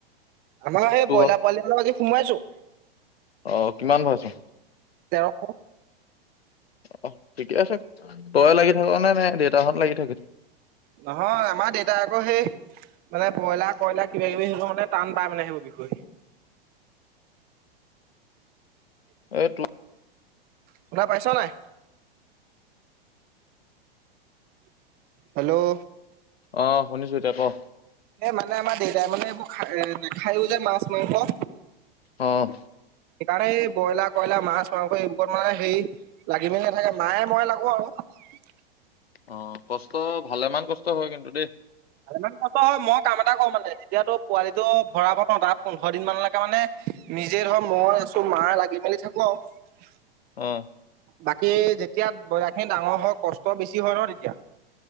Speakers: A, on the right; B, on the left.
A: আমাৰ এই
B: তোৰ
A: ব্ৰইলাৰ
B: ভাগ
A: পোৱালিটো আজি সোমাইছোঁ
B: অ কিমান হৈছে
A: তেৰশ
B: অ ঠিকে আছে তই লাগি থাক নে নে দেউতাহঁত লাগি থাক
A: নহয় আমাৰ দেউতাই আকৌ সেই মানে ব্ৰইলাৰ কয়লাৰ কিবা কিবি হলেও মানে টান পাই মানে সেইবোৰ বিষয়ে
B: এইটো
A: শুনা পাইছ নে হেল্ল'
B: অঁ শুনিছো এতিয়া ক
A: এ মানে আমাৰ দেউতাই মানে এইবোৰ খাই নাখায়ও যে মাছ মাংস।
B: অঁ
A: সেইকাৰণে এই ব্ৰইলাৰ কইলাৰ মাছ মাৰংস ওপৰত মানে হেৰি লাগি মেলি নাথাকে মায়ে মইে লাগো আৰু।
B: অ কষ্ট ভালে মান কষ্ট হয় কিন্তু দেই।
A: ভালেমান কষ্ট হয় মই কাম এটা কৰোঁ মানে যেতিয়া পোৱালিটো ভৰাব ন তাৰ পোন্ধৰ দিন মানলৈকে মানে নিজে ধৰ মই আছো মা লাগি মেলি থাকো আৰু।
B: অ
A: বাকী যেতিয়া দয়াখিনি ডাঙৰ হয় কষ্ট বেছি হয় ন তেতিয়া